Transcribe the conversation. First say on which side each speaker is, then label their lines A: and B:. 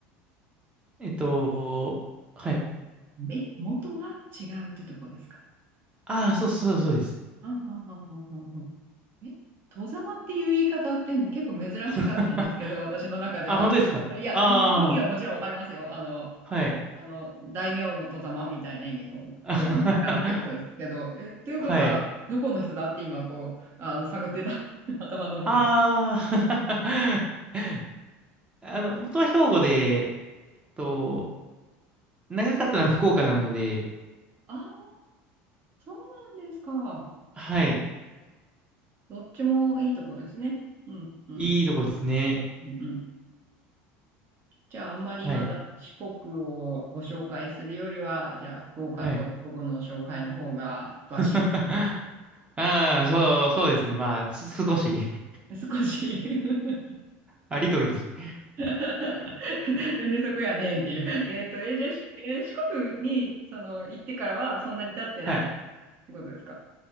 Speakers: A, on the right; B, on the right.
A: えっと、はい。
B: え、元は違うってとこですか
A: ああ、そうそうそうです。
B: あははははは。え、外様っていう言い方って結構珍しかったんですけど、
A: <laughs>
B: 私の中では。
A: あ、本当ですかああ、
B: いや、意味はもちろんわかりますよ。あの、
A: はい。
B: あの、大名の外様みたいな意味の外様だからってことですけど、
A: <laughs> あはは
B: え、ということは、
A: はい。
B: どこの人だって今、こう、あの、探ってた、<laughs> 頭の中で。
A: ああ、<laughs> あの、元は兵庫で、えっと、長かったのは福岡なので、
B: ああ、そうなんですか。
A: はい。
B: どっちもいいとこですね。うん、うん、
A: いいとこですね。
B: うん、うん。じゃあ、あんまりまだ四国をご紹介するよりは、
A: はい。
B: じゃあ、福岡と兵庫の紹介の方が詳し
A: はい。<laughs> ああ、そう、そうですね。まあ、す少し <laughs>、
B: い。少し <laughs>
A: あ、リトルですね。
B: <laughs> なんでそこやねんっていう。えっと、えー、じゃあ、しえー四国に、その、行ってからはそんなに経ってないっ
A: はい。
B: てことですか